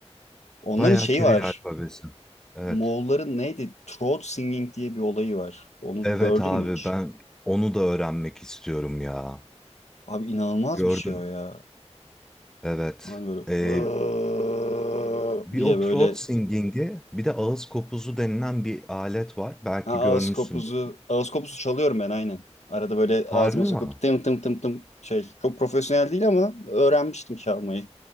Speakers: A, on the left; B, in the centre.
A: Onların
B: Bayağı
A: şeyi
B: Kiril
A: var.
B: alfabesi. Evet.
A: Moğolların neydi? Throat singing diye bir olayı var. Onu
B: Evet
A: gördün
B: abi
A: mü hiç?
B: ben onu da öğrenmek istiyorum ya.
A: Abi inanılmaz
B: Gördüm.
A: bir şey o ya.
B: Evet.
A: Hani böyle
B: Ee,
A: <laughs> "Aaa"
B: bir
A: diye
B: o
A: böyle
B: throat singing'i bir de ağız kopuzu denilen bir alet var. Belki
A: ha, ağız
B: görmüşsündür.
A: kopuzu ağız kopuzu çalıyorum ben aynen. Arada böyle
B: Harbi
A: ağzıma
B: mi?
A: sokup tım tım tım tım şey. Çok profesyonel değil ama öğrenmiştim çalmayı.